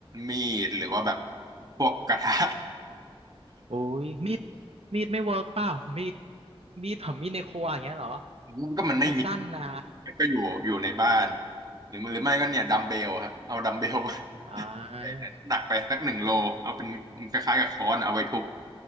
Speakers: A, on the right; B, on the right.
A: มีดหรือว่าแบบพวกกระทะ
B: โอ้ยมีดมีดไม่เวิร์กเปล่ามีดมีดผมมีดในครัวอย่างเงี้ยเหรอ
A: <laughs> มันก็มันไม่มี
B: มันสั้นนะ
A: ก็อยู่อยู่ในบ้านหรือหรือไม่ก็เนี่ยดัมเบลครับเอาดัมเบล
B: อ่า
A: ใส่น้ำหนักไปสักหนึ่งโลเอาเป็นคล้ายๆกับค้อนเอาไว้ทุบ